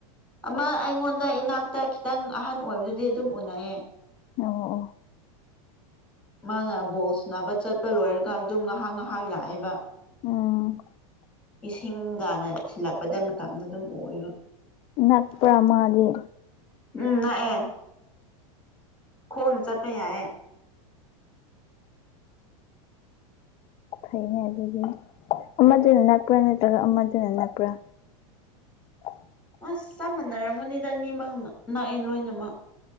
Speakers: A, in the centre; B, on the left.
A: ꯑꯃ ꯑꯩꯉꯣꯟꯗ ꯏꯅꯥꯛꯇ ꯈꯤꯇꯪ ꯑꯍꯟ ꯑꯣꯏꯕꯗꯨꯗꯤ ꯑꯗꯨꯝ ꯎꯅꯩꯌꯦ
B: ꯑ ꯑꯣ
A: ꯃꯥꯅ ꯕꯣꯜ ꯁꯨꯅꯕ ꯆꯠꯄ ꯂꯣꯏꯔꯒ ꯑꯗꯨꯝ ꯉꯥꯍꯥꯛ ꯉꯥꯍꯥꯛ ꯂꯥꯛꯑꯦꯕ
B: ꯎꯝ
A: ꯏꯁꯤꯡꯒꯅ ꯊꯤꯜꯂꯛꯄꯗ ꯃꯇꯝꯗ ꯑꯗꯨꯝ ꯑꯣꯏꯕ
B: ꯅꯄ꯭ꯔ ꯃꯥꯗꯤ
A: ꯎꯝ ꯅꯑꯦ ꯈꯣꯟ ꯆꯄ ꯌꯥꯏꯑꯦ
B: ꯐꯩꯅꯦ ꯑꯗꯨꯗꯤ ꯑꯃꯗꯨꯅ ꯅꯛꯄ꯭ꯔꯥ ꯅꯠꯇ꯭ꯔꯒ ꯑꯃꯗꯨꯅ ꯅꯛꯄ꯭ꯔꯥ <unintelligible>
A: ꯑꯁ ꯆꯞ ꯃꯥꯟꯅꯔꯝꯒꯨꯅꯤꯗ ꯑꯅꯤꯃꯛꯅ ꯅꯛꯑꯦ ꯂꯣꯏꯅꯃꯛ